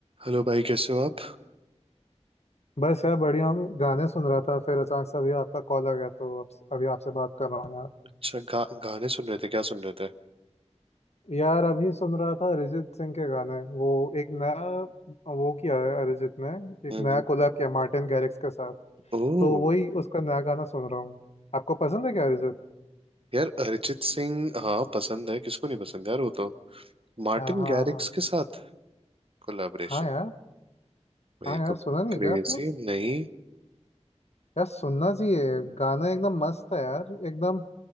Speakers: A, on the right (about 50°); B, on the left (about 65°).
A: हेलो भाई कैसे हो आप
B: बस यार बढ़िया हूँ। गाने सुन रहा था फिर अचानक से अभी आपका कॉल आ गया तो अब अभी आपसे बात कर रहा हूँ यार
A: अच्छा गा, गाने सुन रहे थे क्या सुन रहे थे
B: यार अभी सुन रहा था अरिजीत सिंह के गाने वो एक नया वो किया है अरिजीत ने एक
A: हम्म
B: नया कोलैब किया मार्टिन गैरिक्स के साथ
A: ओह
B: तो वही उसका नया गाना सुन रहा हूँ आपको पसंद है क्या अरिजीत
A: यार अरिजीत सिंह हाँ पसंद है किसको नहीं पसंद यार वो तो मार्टिन
B: हाँ हाँ
A: गैरिक्स
B: हाँ
A: के साथ कोलैबोरेशन
B: हाँ यार
A: भाई
B: हाँ यार
A: तो
B: सुना नहीं
A: क्रेजी
B: क्या आपने
A: नहीं
B: यार सुनना चाहिए गाना एकदम मस्त है यार एकदम